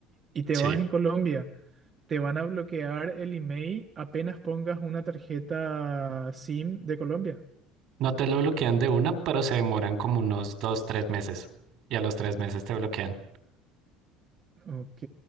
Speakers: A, on the right; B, on the right.
A: y te
B: Sí.
A: vas en Colombia, te van a bloquear el email apenas pongas una tarjeta SIM de Colombia.
B: No te lo bloquean de una, pero se demoran como unos dos, tres meses. Y a los tres meses te bloquean.
A: Ok.